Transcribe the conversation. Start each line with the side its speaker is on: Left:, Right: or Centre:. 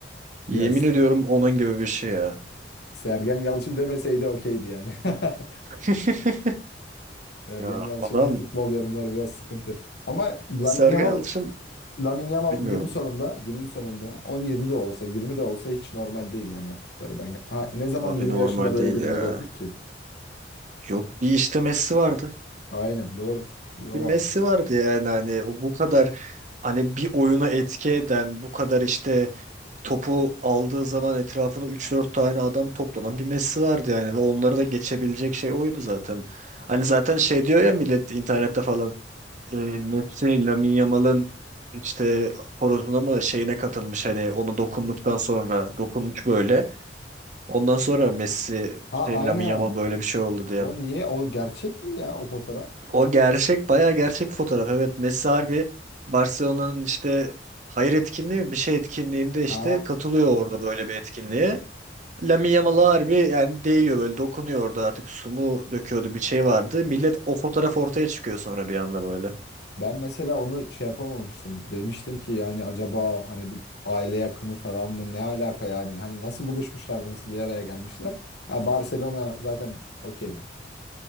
Right: Yemin
Left: Yes.
Right: ediyorum onun gibi bir şey ya.
Left: Sergen Yalçın demeseydi okeydi yani. <laughs>
Right: <laughs>
Left: Sergen
Right: Ya
Left: Yalçın'ın
Right: adam
Left: futbol yorumları biraz sıkıntı. Ama Lamine
Right: Sergen
Left: Yamal,
Right: Yalçın
Left: Lamine Yamal
Right: bilmiyorum.
Left: günün sonunda, günün sonunda 17 de olsa, 20 de olsa hiç normal değil yani yaptıkları. Ben ha, ne zaman
Right: Abi
Left: 20
Right: normal
Left: yaşında böyle
Right: değil
Left: birini
Right: ya.
Left: gördük ki?
Right: Yok bir işte Messi vardı.
Left: Aynen doğru. Bir o
Right: Bir Messi
Left: vardı.
Right: vardı yani hani o bu kadar hani bir oyuna etki eden bu kadar işte topu aldığı zaman etrafına üç dört tane adam toplanan bir Messi vardı yani ve onları da geçebilecek şey oydu zaten. Hani zaten şey diyor ya millet internette falan e, Messi Lamine Yamal'ın işte horozuna mı şeyine katılmış hani onu dokunduktan sonra dokunmuş böyle. Ondan sonra Messi
Left: Ha
Right: şey,
Left: aynen.
Right: Lamine Yamal böyle bir şey oldu diye.
Left: O niye? O gerçek mi ya o fotoğraf?
Right: O gerçek bayağı gerçek bir fotoğraf. Evet Messi harbi Barcelona'nın işte Hayır etkinliği mi? Bir şey etkinliğinde
Left: Ha.
Right: işte katılıyor orada böyle bir etkinliğe. Lamine Yamal'a harbi yani değiyor böyle dokunuyor orada artık su mu döküyordu bir şey vardı. Millet o fotoğraf ortaya çıkıyor sonra bir anda böyle.
Left: Ben mesela onu şey yapamamıştım. Demiştim ki yani acaba hani bir aile yakını falan mı? Ne alaka yani? Hani nasıl buluşmuşlar? Nasıl bir araya gelmişler? Ha Barcelona zaten okey.